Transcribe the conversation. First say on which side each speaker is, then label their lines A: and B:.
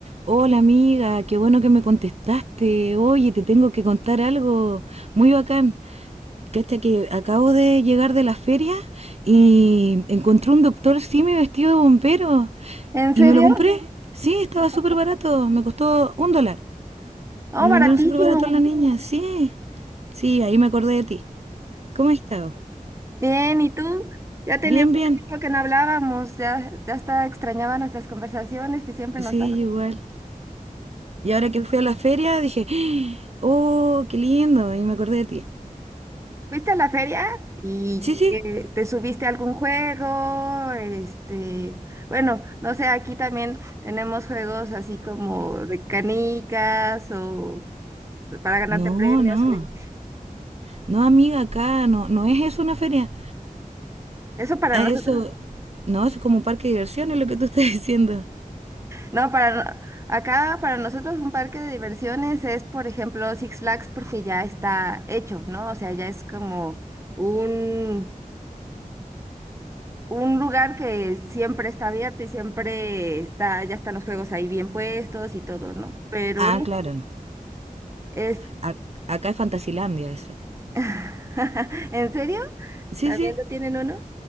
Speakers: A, on the right; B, on the right.
A: Hola amiga, qué bueno que me contestaste. Oye, te tengo que contar algo muy bacán. Cacha que acabo de llegar de la feria y encontré un doctor Simi vestido de bombero
B: ¿En
A: y
B: serio?
A: me lo compré. Sí, estaba súper barato, me costó un dólar.
B: Oh,
A: Me lo
B: baratísimo.
A: vendieron súper barato a la niña, sí. Sí, ahí me acordé de ti. ¿Cómo has estado?
B: Bien, ¿y tú? Ya tenía
A: Bien,
B: mucho
A: bien.
B: tiempo que no hablábamos, ya, ya hasta extrañaba nuestras conversaciones que siempre
A: Sí,
B: nos daban.
A: yo igual. Y ahora que fui a la feria dije, <gasps> oh, qué lindo, y me acordé de ti.
B: ¿Fuiste a la feria y
A: Sí, sí,
B: eh, te subiste a algún juego? Este, bueno, no sé, aquí también tenemos juegos así como de canicas o para ganarte
A: No,
B: premios.
A: no.
B: o de-
A: No, amiga, acá no, no es eso una feria.
B: Eso para
A: Ah,
B: nosotros.
A: Eso, no, eso es como un parque de diversiones lo que tú estás <laughs> diciendo.
B: No, para no- acá para nosotros un parque de diversiones es, por ejemplo, Six Flags porque ya está hecho, ¿no? O sea, ya es como un, un lugar que siempre está abierto y siempre está, ya están los juegos ahí bien puestos y todo, ¿no? Pero
A: Ah,
B: uno
A: claro.
B: es,
A: Ac- acá es Fantasilandia ese.
B: <laughs> ¿en serio?
A: Sí,
B: ¿También
A: sí.
B: lo tienen uno?